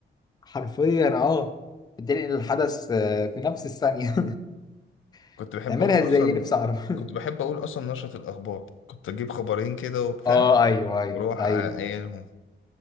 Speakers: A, on the left (about 20°); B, on the left (about 80°).
A: حرفيا اه بتنقل الحدث آه، في نفس الثانية <laughs>
B: كنت بحب
A: تعملها
B: اقول
A: ازاي
B: اصلا
A: نفسي اعرف
B: كنت كنت بحب اقول اصلا نشرة الاخبار كنت اجيب خبرين كده
A: <laughs>
B: وبتاع
A: اه ايوه ايوه
B: بروح
A: ايوه
B: اقايلهم